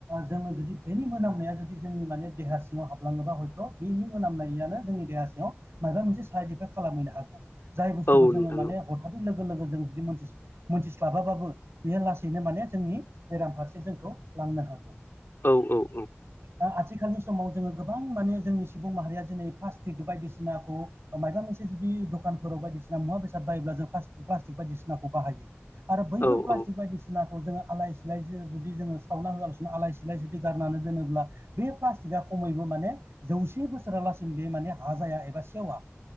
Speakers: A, on the right (about 65°); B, on the left (about 55°).
A: जों जुदि बेनि मोनामनाया जुदि जोंनि माने देहा सिङाव हाबलाङोबा हयथ' बेनि मोनामनायानो जोंनि देहा सिङाव माबा मोनसे साइद इफेक्ट खालामहैनो हागौ। जाय बुस्थुखौ
B: औ
A: जोङो
B: नोंथां
A: माने
B: औ
A: अथा लोगो-लोगो जों जुदि मोनथिस्लाबा बाबो बेयो लासैनो माने जोंनि बेराम फारसे जोंखौ लांनो हागौ।
B: औ-औ-औ।
A: दा आथिखालनि समाव जोङो गोबां माने जोंनि सुबुं माहारिया जेरै प्लास्टिक बायदिसिनाखौ माबा मोनसे जुदि दखानफोराव बायदिसिना मुवा-बेसाद बायोब्ला जों प्लास्टिक बायदिसिनाखौ बाहायो। आरो बैफोर
B: औ
A: प्लास्टिक
B: औ
A: बायदिसिनाखौ जोङो आलाय-सिलाय जों जुदि जोङो सावना होआलासिनो आलाय-सिलाय जुदि गारनानै दोनोब्ला। बे प्लास्टिकआ खमैबो माने जौसे बोसोरालासिम बे माने हाजाया एबा सेवा।